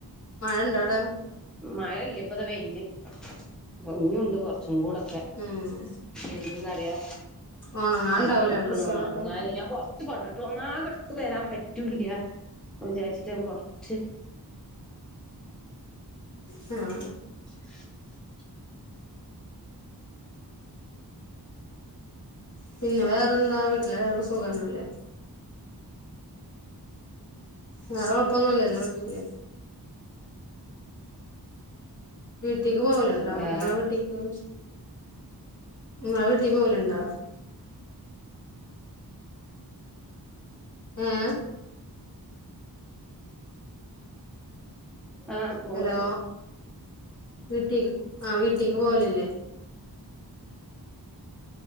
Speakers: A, on the left; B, in the centre.
A: മഴണ്ടോ അവിടെ
B: മഴയില്ല ഇപ്പതാ വെയില് മഞ്ഞുണ്ട് കൊറച്ചും കൂടെ-
A: ഉം
B: എന്ത്ന്നറിയോ
A: ഉണങ്ങാണ്ടാവൂലേ
B: കണക്കടുക്കണു
A: ഡ്രസ്സുകളൊക്കെ
B: അങ്ങനെ ഞാൻ കൊറച്ച് കൊണ്ടിട്ടു ഒന്നകെ എടുത്ത് വരാൻ പറ്റൂല്ല്യ വിജരിച്ചിട്ടാ കൊറച്
A: ഹാ
B: <inaudible>
A: പിന്നെ വേറെ ന്താ വീട്ടിലെല്ലാര്ക്കും സുഖന്നല്ലേ വേറെ കൊഴപ്പൊന്നുല്ലല്ലോ വീട്ടില് വീട്ടിക്ക് പോവലുണ്ടാ
B: വേറെ
A: ഇങ്ങളെ വീട്ടിക്ക് ഇങ്ങളെവീട്ടി പോവല്ണ്ടാ ഏഹ്
B: ആ
A: ഹലോ
B: ഉണ്ട്
A: വീട്ടിക് ആ വീട്ടിക്ക് പോവലില്ലേ